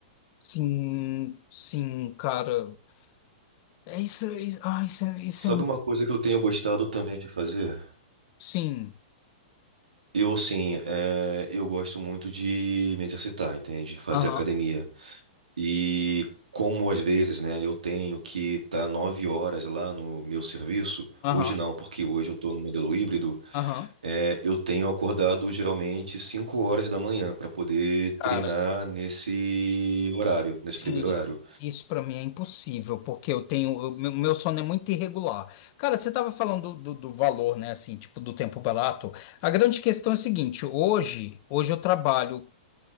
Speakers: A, on the left (about 45°); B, on the right (about 80°).
A: Sim, sim, cara. É isso, é isso, ah, isso, é- isso
B: Sabe
A: é.
B: uma coisa que eu tenho gostado também de fazer?
A: Sim.
B: Eu, assim, é, eu gosto muito de me exercitar, entende? Fazer
A: Aham,
B: academia. E como às vezes, né, eu tenho que estar nove horas lá no meu serviço,
A: aham,
B: hoje não, porque hoje eu estou no modelo híbrido,
A: aham.
B: é, eu tenho acordado geralmente cinco horas da manhã para poder
A: Cara.
B: treinar nesse horário, nesse
A: Sim,
B: primeiro horário.
A: isso pra mim é impossível, porque eu tenho, eu- meu, meu sono é muito irregular. Cara, você tava falando do, do, do valor, né, assim, tipo, do tempo barato. A grande questão é o seguinte, hoje, hoje eu trabalho